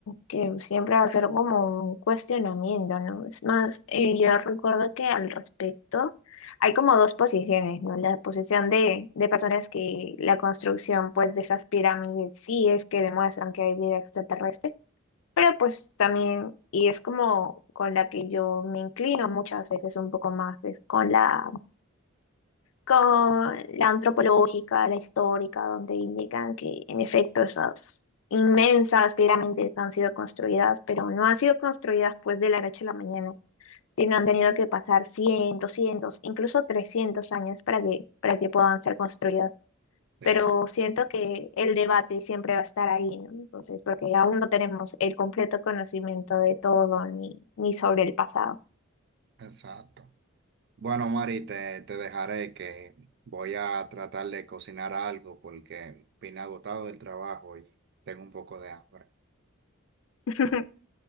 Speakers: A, on the left (about 70°); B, on the right (about 50°).
A: que siempre va a ser como un cuestionamiento, ¿no? Es más, eh, yo recuerdo que al respecto hay como dos posiciones, ¿no? La posición de, de personas que la construcción, pues, de esas pirámides sí es que demuestran que hay vida extraterrestre, pero pues también, y es como con la que yo me inclino muchas veces un poco más, es con la con la antropológica, la histórica, donde indican que en efecto esas inmensas pirámides han sido construidas, pero no han sido construidas pues de la noche a la mañana, sino han tenido que pasar cientos, cientos, incluso 300 años para que, para que puedan ser construidas.
B: Sí,
A: Pero siento que el debate siempre va a estar ahí, ¿no? Entonces, porque aún no tenemos el completo conocimiento de todo ni, ni sobre el pasado.
B: exacto. Bueno, Mari, te, te dejaré que voy a tratar de cocinar algo porque vine agotado del trabajo y tengo un poco de hambre.
A: <laughs>